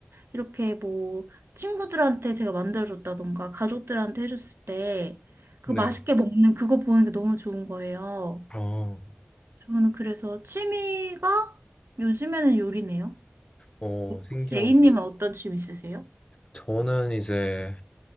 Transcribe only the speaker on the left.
네.
아,
어, 신기하다.
저는 이제